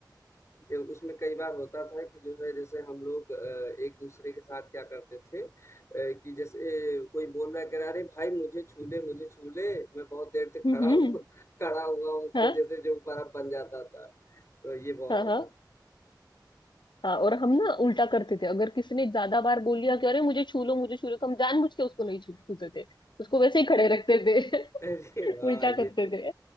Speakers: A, on the left; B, on the left.
A: अ, उसमें कई बार होता था कि जो है जैसे हम लोग अ, एक दूसरे के साथ क्या करते थे अ, कि जैसे कोई बोल रहा है कह रहा है, "अरे भाई मुझे छू ले, मुझे छू ले, मैं बहुत देर से
B: हम्म
A: खड़ा
B: हम्म,
A: हूँ <laughs> खड़ा हुआ हूँ।" उसमें
B: हाँ
A: जैसे जो बर्फ बन जाता था। तो ये बहुत
B: हाँ
A: होता
B: हाँ हाँ और हम ना उल्टा करते थे अगर किसी ने ज्यादा बार बोल लिया कि अरे मुझे छू लो मुझे छू लो तो हम जानबूझ के उसको नहीं छू छूते थे उसको वैसे ही खड़े रखते थे
A: अरे
B: <laughs>
A: वाह
B: उल्टा
A: ये
B: करते
A: तो
B: थे